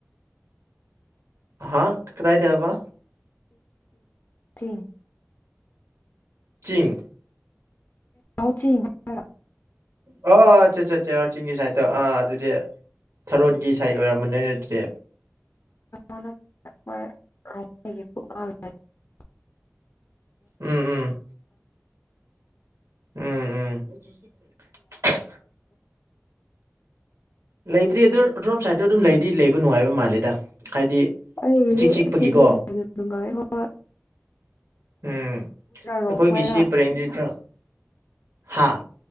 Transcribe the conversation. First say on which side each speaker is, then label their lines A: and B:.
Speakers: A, on the right; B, on the left.
A: ꯍꯥꯥ ꯀꯗꯥꯥꯏꯗꯦꯕꯥ
B: ꯇꯤꯟ
A: ꯆꯤꯡ
B: ꯎꯁꯤ ꯉ
A: ꯑꯣ ꯑꯆꯥ ꯑꯆꯥ ꯆꯦꯔꯥꯎ ꯆꯤꯡꯒꯤ ꯁꯥꯏꯗꯠꯇꯣ ꯑꯥ ꯑꯗꯨꯗꯤ ꯊꯔꯣꯟꯒꯤ ꯁꯥꯏꯠ ꯑꯣꯏꯔꯝꯕ ꯅꯣꯏ ꯑꯗꯨꯗꯤ
B: ꯃꯦ
A: ꯎꯝ ꯎꯝ ꯎꯝ ꯎꯝ ꯐ ꯂꯩꯕꯔꯤ ꯑꯗꯨ ꯔꯣꯝ ꯁꯥꯏꯗꯠꯇꯣ ꯑꯗꯨꯝ ꯂꯩꯗꯤ ꯂꯩꯕ ꯅꯨꯡꯉꯥꯏꯕ ꯃꯥꯜꯂꯦꯗ ꯍꯥꯏꯗꯤ
B: ꯑꯩꯥꯏ
A: ꯏꯆꯤꯛ ꯆꯤꯛꯄꯒꯤꯀꯣ ꯎꯝ
B: ꯔꯣꯡꯃꯩꯔꯥ
A: ꯑꯩꯈꯣꯏꯒꯤꯁꯤ ꯄꯔꯦꯡ ꯈꯔ ꯍꯥꯥ